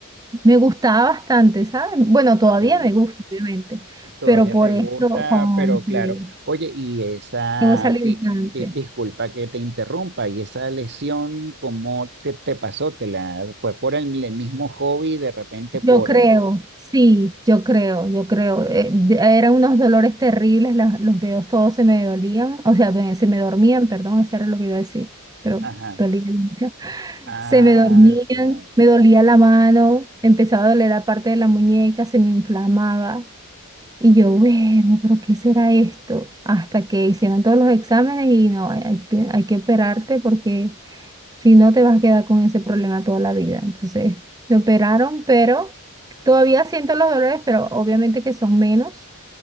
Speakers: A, on the right; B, on the right.
A: Me gustaba bastante, ¿sabes? Bueno, todavía
B: ya,
A: me gusta, obviamente,
B: todavía
A: pero por
B: te gusta,
A: eso, cónchale,
B: pero claro. Oye, y esa,
A: tengo esa limitante.
B: y di- disculpa que te interrumpa, y esa lesión, ¿cómo te te pasó? ¿Te la fue por el, el mismo hobby, de repente por,
A: Yo creo,
B: eh,
A: sí, yo creo, yo creo. Eh, de- eran unos dolores terribles, las- los dedos todos se me dolían, o sea, me- se me dormían, perdón, eso era lo que iba a decir, pero
B: Ajá.
A: dolían. <laughs>
B: Ah,
A: Se me dormían,
B: wow,
A: me dolía la mano, empezaba a doler la parte de la muñeca, se me inflamaba. Y yo, bueno, pero ¿qué será esto? Hasta que hicieron todos los exámenes y no, hay, hay que hay que operarte porque si no, te vas a quedar con ese problema toda la vida. Entonces, me operaron, pero todavía siento los dolores, pero obviamente que son menos.